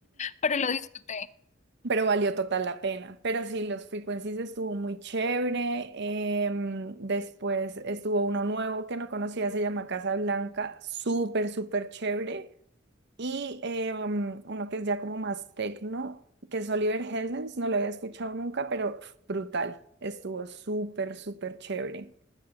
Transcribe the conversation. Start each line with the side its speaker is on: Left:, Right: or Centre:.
Left: Pero lo disfruté.
Right: <clears throat> pero valió total la pena. Pero sí, los frequencies estuvo muy chévere. em, después estuvo uno nuevo que no conocía, se llama Casa Blanca, súper, súper chévere y eh, um, uno que es ya como más tecno, que es Oliver Heldens, no lo había escuchado nunca, pero pf, brutal, estuvo súper, súper chévere.